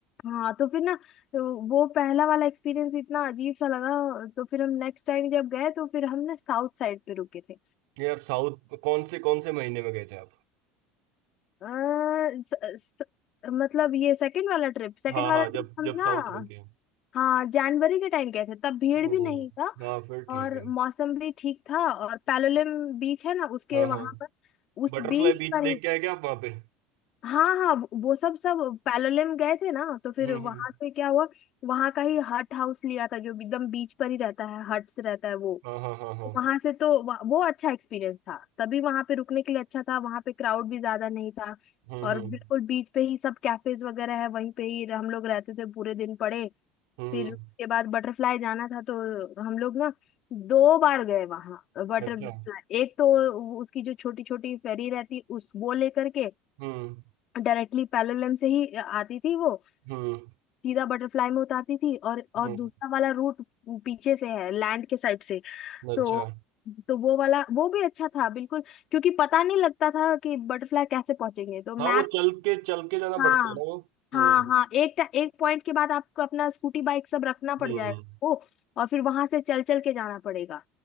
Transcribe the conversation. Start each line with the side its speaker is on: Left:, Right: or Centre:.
Left: हाँ तो फिर ना तो वो पहला वाला एक्सपीरियंस इतना अजीब सा लगा तो फिर हम नेक्स्ट टाइम जब गए तो फिर हम ना साउथ साइड पे रुके थे
Right: यार साउथ कौन से कौन से महीने में गए थे आप
Left: अ, स, स, मतलब ये सेकंड वाला ट्रिप सेकंड
Right: हाँ
Left: वाला
Right: हाँ
Left: ट्रिप
Right: जब
Left: हम
Right: जब
Left: ना
Right: साउथ रुके
Left: हाँ जनवरी के टाइम गए थे तब भीड़
Right: हम्म
Left: भी नहीं था
Right: हाँ फिर ठीक
Left: और
Right: है
Left: मौसम भी ठीक था और पैलोलिम बीच है ना उसके
Right: हाँ
Left: वहां
Right: हाँ
Left: पर उस
Right: बटरफ्लाई
Left: बीच
Right: बीच
Left: पर
Right: देख
Left: ही
Right: के आए क्या आप वहाँ पे
Left: हाँ हाँ वो सब सब पैलोलिम गए थे ना तो फिर
Right: हम्म
Left: वहां
Right: हम्म
Left: से क्या हुआ वहां का ही हट हाउस लिया था जो एकदम बीच पर ही रहता है हट्स रहता है वो
Right: हाँ हाँ हाँ हाँ
Left: वहां से तो वह- वो अच्छा एक्सपीरियंस था तभी वहां पे रुकने के लिए अच्छा था वहां पे क्राउड भी ज्यादा नहीं था
Right: हम्म
Left: और
Right: हम्म
Left: बिल्कुल बीच पे ही सब कैफेज वगैरह है वहीं पे ही हम लोग रहते थे पूरे दिन पड़े
Right: हम्म
Left: फिर उसके बाद बटरफ्लाई जाना था तो हम लोग ना दो बार गए वहां बटरफ्लाई
Right: अच्छा
Left: एक तो वो- उसकी जो छोटी छोटी फेरी रहती उस वो लेकर के
Right: हम्म
Left: डायरेक्टली पैलोलम से ही आती थी वो
Right: हम्म
Left: सीधा बटरफ्लाई में उतारती थी और और
Right: हम्म
Left: दूसरा वाला रूट पीछे से है लैंड के साइड से
Right: अच्छा
Left: तो तो वो वाला वो भी अच्छा था बिल्कुल क्योंकि पता नहीं लगता था कि बटरफ्लाई कैसे पहुंचेंगे तो मैप
Right: हाँ वो चल के चल के जाना
Left: हाँ
Right: पड़ता है ना वो
Left: हाँ
Right: हम्म
Left: हाँ एक टा- एक पॉइंट के बाद आपको अपना स्कूटी बाइक सब रखना पड़
Right: हम्म
Left: जाएगा वो और फिर वहां से चल चल के जाना पड़ेगा